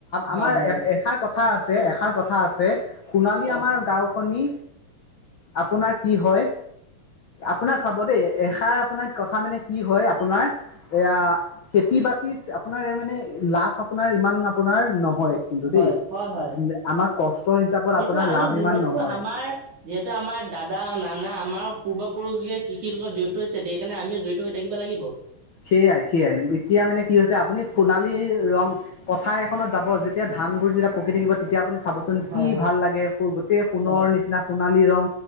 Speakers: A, on the left; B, on the right.
A: আমাৰ
B: হয় হয়
A: এষাৰ কথা কথা আছে এষাৰ কথা আছে সোণালী
B: কওক
A: আমাৰ গাওঁখনি আপোনাৰ কি হয় আপোনাৰ চাব দে এষাৰ আপোনাৰ কথা মানে কি হয়, আপোনাৰ এয়া খেতি বাতিত, আপোনাৰ মানে লাভ আপোনাৰ, ইমান আপোনাৰ, ন হয় কিন্তু
B: হয়
A: দে,
B: হয় হয়
A: আমাৰ কষ্ট হিচাপত
B: কিন্তু
A: আপোনাৰ
B: আমি
A: লাভ
B: যিহেতু
A: ইমান নহয়।
B: আমাৰ যিহেতু আমাৰ দাদা, নানা, আমাৰ পূৰ্বপুৰুষে কৃষিৰ লগত জড়িত হৈছে, সেইকাৰণে আমিও জড়িত হৈ থাকিব লাগিব।
A: সেইয়াই সেয়াই এতিয়া মানে, কি হৈছে আপুনি সোণালী ৰং পথাৰ এখনত যাব যেতিয়া ধা ধানবোৰ যেতিয়া পকি থাকিব তেতিয়া আপুনি চাবচোন
B: হয়
A: কি
B: হয়
A: ভাল লাগে। সো গোটেই সোণৰ
B: হয়
A: নিচিনা সোণালী ৰং